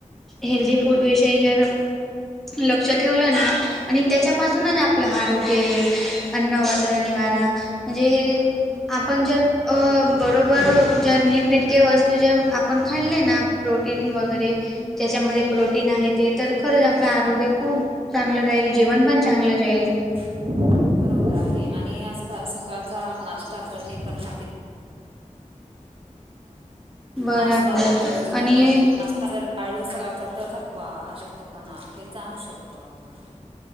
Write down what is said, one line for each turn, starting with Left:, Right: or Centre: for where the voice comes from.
Centre: हेल्दी फुड विषयी जर. लक्ष ठेवलं ना आणि त्याच्यापासूनच आपलं आरोग्य आहे अन्न वस्त्र निवारा. म्हणजे हे आपण जर बरोबर जर नीटनेटक्या वस्तू जर आप पण खाल्ले ना प्रोटीन वगैरे ज्याच्यामध्ये प्रोटीन आहे ते तर. खरंच आपलं
Right: हो
Centre: आरोग्य खूप चांगलं राहील जेवण पण चांगलं जाईल.
Right: <unintelligible> बरोबर आहे आणि आजकाल सकाळचा नाश्ता करणे पण हाती.
Centre: बरोबर
Right: नाश्ता हा दिवसभर
Centre: आणि
Right: ऊर्जा दिेतो. ता जर काळू सकाळचा तर थकवा अशक्तपणा हे जाणू शकतो आपणाला.